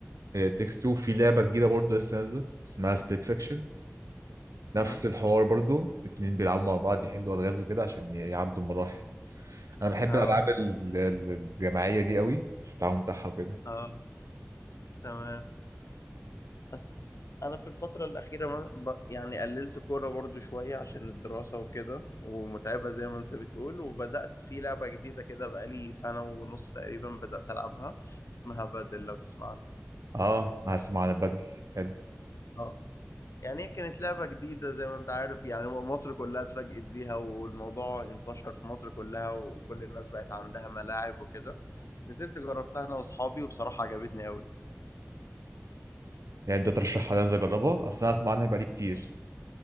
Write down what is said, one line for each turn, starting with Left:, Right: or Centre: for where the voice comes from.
Right: هي تيكس 2 في لعبة جديدة برضه لسه نازلة اسمها سبيت فيكشن
Left: تمام
Right: نفس الحوار برضه اتنين بيلعبوا مع بعض يحلوا ألغاز وكده عشان ي- يعدوا المراحل أنا بحب
Left: اه
Right: الألعاب ال- ال- الجماعية دي قوي في التعاون بتاعها وكده
Left: اه تمام بس انا في الفتره الاخيره مس- ب- يعني قللت كوره برضو شويه عشان الدراسه وكده ومتعبه زي ما انت بتقول وبدات في لعبه جديده كده بقالي سنه ونص تقريبا بدات العبها اسمها بادل لو تسمع عنها
Right: اه هسمع عن البدل حلو
Left: اه يعني هي كانت لعبه جديده زي ما انت عارف يعني مصر كلها اتفاجئت بيها والموضوع انتشر في مصر كلها وكل الناس بقت عندها ملاعب وكده نزلت جربتها انا واصحابي وبصراحه عجبتني قوي
Right: يعني انت ترشحها لي انزل اجربها اصل انا اسمع عنها بقالي كتير